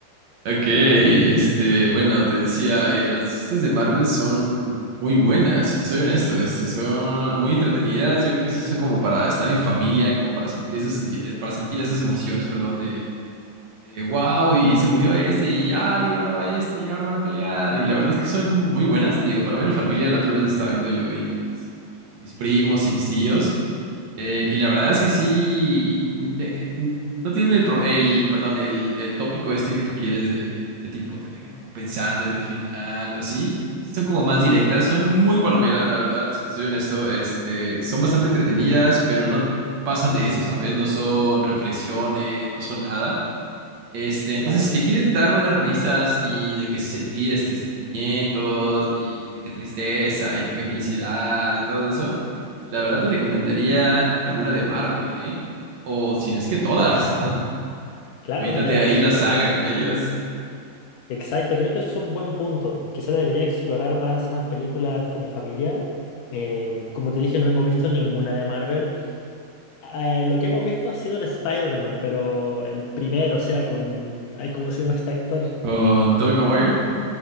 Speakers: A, on the right (about 55°); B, on the left (about 75°).
A: Ok, este, bueno, te decía, eh, las estas de Marvel son muy buenas, si te soy honesto, este, son muy entretenidas, yo creo que sí son como para estar en familia, como para sentir esas, senti- eh, para sentir esas emociones, perdón, de. De wow, y se murió este, y ay, ahora va este, y ahora van a pelear. Y la verdad es que son muy buenas, te digo, para ver en familia, la otra vez estaba viendo yo y mis, y mis primos y mis tíos. eh, y la verdad es que sí, eh, mm, no tienen el, pro- el perdón, el, el tópico este que tú quieres de, de tipo, te dejan como pensando en el final o así. Sí son como más directas, son muy palomeras, la verdad, si te soy honesto, este, son bastante entretenidas, pero no pasan de eso, ¿sabes? No son reflexiones, no son nada. Este, entonces,
B: Claro,
A: si te quieres dar unas risas y de que sentir este sentimientos y de qué tristeza y de qué felicidad y todo eso, la verdad te recomendaría alguna de Marvel, ¿eh? O si no es que todas. <laughs>
B: claro,
A: Aviéntate
B: mira,
A: ahí
B: cre-
A: la saga
B: eh,
A: con ellos.
B: exacto. Creo que eso es un buen punto. Quizá debería explorar más, más películas con mi familia. Em, como te dije, no hemos visto ninguna de Marvel. Eh, lo que hemos visto ha sido el Spider-Man, pero el primero, o sea, con... Ay, ¿cómo se llama este actor?
A: Con Tobey Maguire.